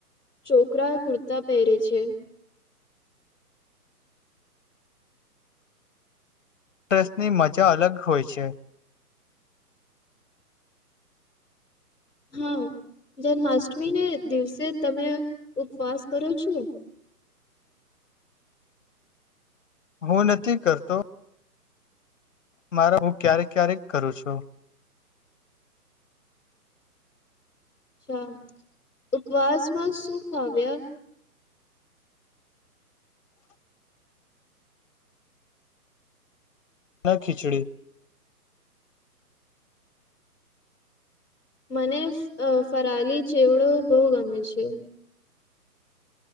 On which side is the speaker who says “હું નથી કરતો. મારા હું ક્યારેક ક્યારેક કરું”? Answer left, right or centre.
Left